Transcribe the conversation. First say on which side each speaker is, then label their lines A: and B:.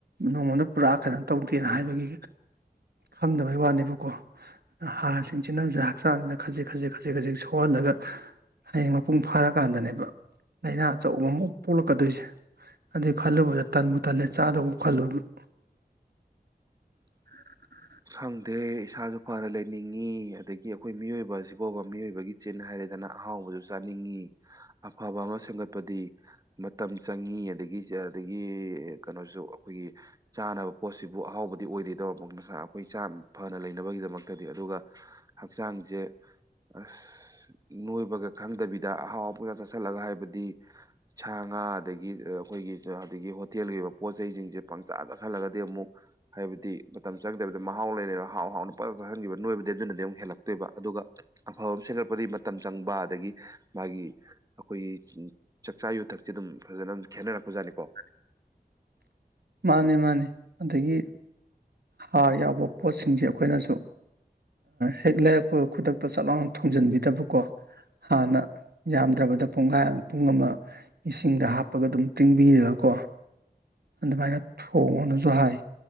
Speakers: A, on the right; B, on the right.
A: ꯅꯣꯡꯃꯗ ꯄꯨꯔꯥ ꯀꯩꯅꯣ ꯇꯧꯗꯦꯅ ꯍꯥꯏꯕꯒꯤ ꯈꯪꯗꯕꯩ ꯋꯥꯅꯦꯕꯀꯣ ꯍꯥꯔꯁꯤꯡꯁꯤ ꯅꯝꯖ ꯍꯛꯆꯥꯡꯁꯤꯗ ꯈꯖꯤꯛ ꯈꯖꯤꯛ ꯈꯖꯤꯛ ꯈꯖꯤꯛ ꯁꯣꯛꯍꯜꯂꯒ ꯍꯌꯦꯡ ꯃꯄꯨꯡ ꯐꯥꯔꯀꯥꯟꯗꯅꯦꯕ ꯂꯥꯏꯅꯥ ꯑꯆꯧꯕ ꯑꯃꯨꯛ ꯄꯣꯛꯂꯛꯀꯗꯣꯏꯁꯦ ꯑꯗꯨꯩ ꯈꯜꯂꯨꯕꯗ ꯇꯟꯕꯨ ꯇꯜꯂꯦ ꯆꯥꯗꯧꯕ ꯈꯜꯂꯨꯕ <unintelligible>
B: ꯈꯪꯗꯦ ꯏꯁꯥꯁꯨ ꯐꯅ ꯂꯩꯅꯤꯡꯉꯤ ꯑꯗꯒꯤ ꯑꯩꯈꯣꯏ ꯃꯤꯑꯣꯏꯕ ꯑꯁꯤꯐꯥꯎꯕ ꯃꯤꯑꯣꯏꯕꯒꯤ ꯆꯤꯟ ꯍꯥꯏꯔꯦꯗꯅ ꯑꯍꯥꯎꯕꯁꯨ ꯆꯥꯅꯤꯡꯉꯤ ꯑꯐꯕ ꯑꯃ ꯁꯦꯝꯒꯠꯄꯗꯤ ꯃꯇꯝ ꯆꯪꯉꯤ ꯑꯗꯒꯤ ꯑꯗꯒꯤ ꯀꯩꯅꯣꯁꯨ ꯑꯩꯈꯣꯏꯒꯤ ꯆꯥꯅꯕ ꯄꯣꯠꯁꯤꯕꯨ ꯑꯍꯥꯎꯕꯗꯤ ꯑꯣꯏꯗꯣꯏꯦ ꯇꯧꯁ ꯑꯩꯈꯣꯏ ꯆꯥꯡ ꯐꯅ ꯂꯩꯅꯕꯒꯤꯗꯃꯛꯇꯗꯤ ꯑꯗꯨꯒ ꯍꯛꯆꯥꯡꯁꯦ ꯑꯁ ꯅꯣꯏꯕꯒ ꯈꯪꯗꯕꯤꯗ ꯑꯍꯥꯎꯕ ꯆꯥꯁꯤꯜꯂꯒ ꯍꯥꯏꯕꯗꯤ ꯁꯥꯥꯡ ꯉ ꯑꯗꯒꯤ ꯑꯩꯈꯣꯏꯒꯤꯁꯨ ꯑꯗꯨꯗꯒꯤ ꯍꯣꯇꯦꯜꯒꯤ ꯑꯣꯏꯕ ꯄꯣꯠ ꯆꯩꯁꯤꯡꯁꯦ ꯄꯪꯆꯥꯥ ꯆꯥꯥꯁꯜꯂꯒꯗꯤ ꯑꯃꯨꯛ ꯍꯥꯏꯕꯗꯤ ꯃꯇꯝ ꯆꯪꯗꯕꯤꯗ ꯃꯍꯥꯎ ꯂꯩꯔꯤ ꯍꯥꯎ ꯍꯥꯎꯅ ꯄꯖ ꯆꯥꯍꯟꯈꯤꯕ ꯅꯣꯏꯕꯗꯤ ꯑꯗꯨꯅꯗꯤ ꯑꯃꯨꯛ ꯍꯦꯜꯂꯛꯇꯣꯏꯕ ꯑꯗꯨꯒ ꯑꯐꯕ ꯑꯃ ꯁꯦꯝꯒꯠꯄꯗꯤ ꯃꯇꯝ ꯆꯪꯕ ꯑꯗꯒꯤ ꯃꯥꯒꯤ ꯑꯩꯈꯣꯏꯒꯤ ꯆꯥꯛꯆꯥ ꯌꯨꯊꯛꯁꯦ ꯑꯗꯨꯝ ꯐꯖꯅꯝ ꯈꯦꯠꯅꯔꯛꯄꯖꯥꯠꯅꯤꯀꯣ
A: <unintelligible> ꯃꯥꯅꯤ ꯃꯥꯅꯤ ꯑꯗꯒꯤ ꯍꯥꯔ ꯌꯥꯎꯕ ꯄꯣꯠꯁꯤꯡꯁꯦ ꯑꯩꯈꯣꯏꯅꯁꯨ ꯍꯦꯛ ꯂꯩꯔꯛꯄ ꯈꯨꯗꯛꯇ ꯆꯠ ꯂꯥꯎꯅ ꯊꯣꯡꯖꯤꯟꯕꯤꯗꯕꯀꯣ ꯍꯥꯟꯅ ꯌꯥꯝꯗ꯭ꯔꯕꯗ ꯄꯨꯡꯈꯥꯏ ꯄꯨꯡ ꯑꯃ ꯏꯁꯤꯡꯗ ꯍꯥꯞꯄꯒ ꯑꯗꯨꯝ ꯇꯤꯡꯕꯤꯔꯒꯀꯣ ꯑꯗꯨꯃꯥꯏꯅ ꯊꯣꯡꯉꯅꯁꯨ ꯍꯥꯏ